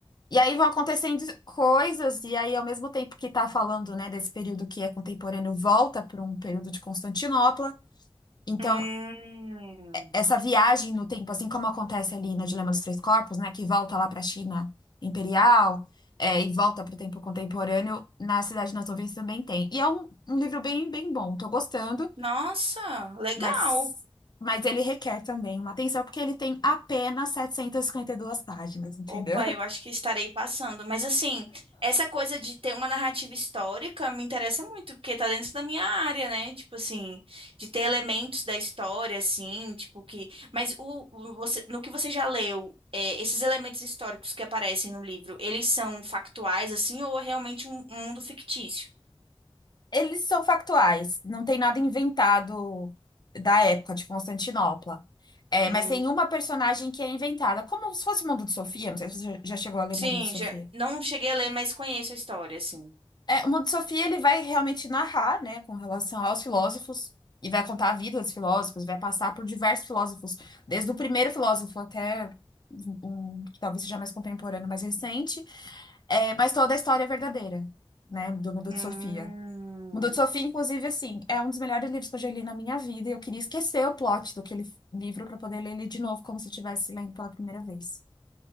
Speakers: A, on the left (about 45°); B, on the right (about 70°).
A: E aí vão acontecendo coisas, e aí ao mesmo tempo que tá falando, né, desse período que é contemporâneo, volta para um período de Constantinopla. Então,
B: Hum.
A: essa viagem no tempo, assim como acontece ali no Dilema dos Três Corpos, né, que volta lá para a China imperial, é, e volta para o tempo contemporâneo, na Cidade nas Nuvens também tem. E é um, um livro bem, bem bom, tô gostando.
B: Nossa, legal.
A: Mas, mas ele requer também uma atenção, porque ele tem apenas e e cinquenta e duas páginas, entendeu?
B: Opa,
A: <laughs>
B: eu acho que estarei passando. Mas assim, essa coisa de ter uma narrativa histórica me interessa muito, porque tá dentro da minha área, né? Tipo assim, de ter elementos da história, assim, tipo que. Mas o, o- você, no que você já leu, é, esses elementos históricos que aparecem no livro, eles são factuais, assim, ou é realmente um, um mundo fictício?
A: Eles são factuais, não tem nada inventado da época de Constantinopla. É,
B: Hum.
A: mas tem uma personagem que é inventada, como se fosse o Mundo de Sofia, não sei se você já chegou a ler
B: Sim,
A: Mundo de Sofia.
B: já, não cheguei a ler, mas conheço a história, assim.
A: É, o Mundo de Sofia, ele vai realmente narrar, né, com relação aos filósofos, e vai contar a vida dos filósofos, vai passar por diversos filósofos, desde o primeiro filósofo até um, um que talvez seja mais contemporâneo, mais recente, É, mas toda a história é verdadeira, né? Do Mundo
B: Hum.
A: de Sofia. Mundo de Sofia, inclusive, assim, é um dos melhores livros que eu já li na minha vida. E eu queria esquecer o plot do aquele livro para poder ler ele de novo, como se eu estivesse lendo pela primeira vez.